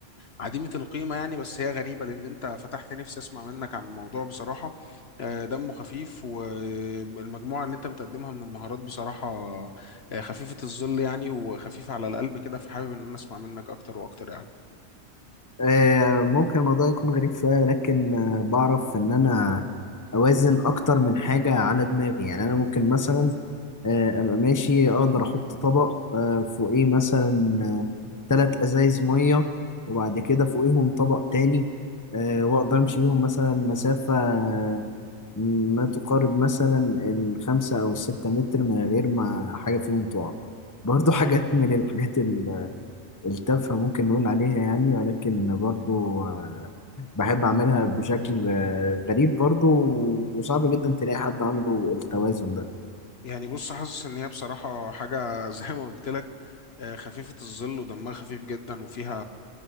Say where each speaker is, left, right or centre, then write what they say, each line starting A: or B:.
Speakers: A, on the left; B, on the left.
A: عديمة القيمة يعني بس هي غريبة لان انت فتحت نفسي اسمع منك عن الموضوع بصراحة آه دمه خفيف والمجموعة اللي انت بتقدمها من المهارات بصراحة آه خفيفة الظل يعني وخفيفة على القلب كده فحابب ان انا اسمع منك اكتر واكتر يعني
B: آه، ممكن الموضوع يكون غريب شوية لكن آه، بعرف إن أنا أوازن أكتر من حاجة على دماغي يعني أنا ممكن مثلا آه، أبقى ماشي أقدر أحط طبق آه، فوقيه مثلا آه، تلات أزايز مية وبعد كده فوقيهم طبق تاني آه، وأقدر أمشي بيهم مثلا مسافة آه، ما تقارب مثلا الخمسة أو الستة متر من غير ما حاجة فيهم تقع برضو <laughs> حاجات من الحاجات التلفة ممكن نقول عليها يعني ولكن برضو آه، بحب أعملها بشكل آه، غريب برضو و- وصعب جدا تلاقي حد عنده التوازن ده
A: يعني بص حاسس ان هي بصراحة حاجة <laughs> زي ما قلت لك آه، خفيفة الظل ودمها خفيف جدا وفيها